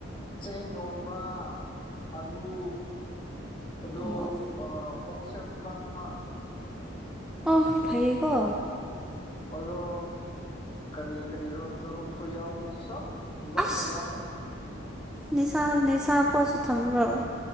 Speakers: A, on the left (about 25°); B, in the centre.
A: ꯆꯦꯡ ꯌꯣꯟꯕ ꯑꯂꯨ ꯑꯗꯨ
B: ꯑꯣ
A: ꯑꯥ ꯍꯣꯜꯁꯦꯜ ꯗꯨꯀꯥꯟ ꯑꯃ
B: ꯑꯥ ꯐꯩꯌꯦꯀꯣ
A: ꯑꯣꯂꯣ ꯀꯔꯤ ꯀꯔꯤꯔꯣ ꯆꯔꯨꯞꯁꯨꯨ ꯌꯥꯎꯋꯦ ꯁ꯭ꯕ ꯂꯣꯏꯅ
B: ꯑꯁ
A: ꯌꯥꯎꯋꯦ
B: ꯅꯤꯁꯥ ꯅꯤꯁꯥ ꯄꯣꯠꯁꯨ ꯊꯝꯕꯔꯣ